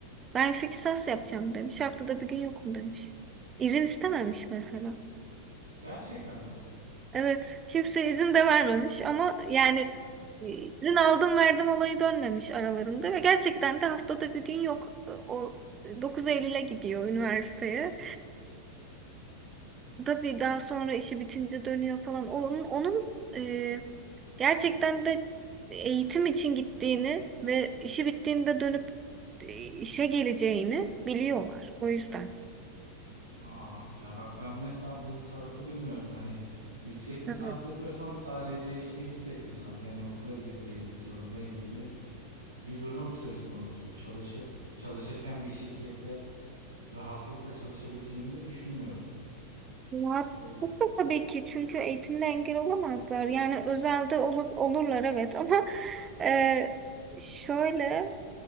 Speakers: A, on the right (about 25°); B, on the right (about 85°).
A: Ben yüksek lisans yapacağım demiş. Haftada bir gün yokum demiş. İzin istememiş mesela.
B: Gerçekten mi?
A: Evet. Kimse izin de vermemiş ama yani e, izin aldım verdim olayı dönmemiş aralarında ve gerçekten de haftada bir gün yok. E, O 9 Eylül'e gidiyor üniversiteye. Tabii daha sonra işi bitince dönüyor falan. Onun, onun e, gerçekten de eğitim için gittiğini ve işi bittiğinde dönüp e, işe geleceğini biliyorlar. O yüzden.
B: Aa, ya bak ben mesela bu tarafı bilmiyordum. Hani yüksek lisans
A: Evet.
B: yapıyorsam sadece işte yüksek lisans yani okula gidip gelmek zorundayım gibi bir durum söz konusu. Çalışıp çalışırken bir şirkette rahatlıkla çalışabileceğimi de düşünmüyordum.
A: Rahatlıkla
B: Öyle.
A: tabii ki çünkü eğitimle engel olamazlar. Yani özelde olup olurlar evet <laughs> ama e, şöyle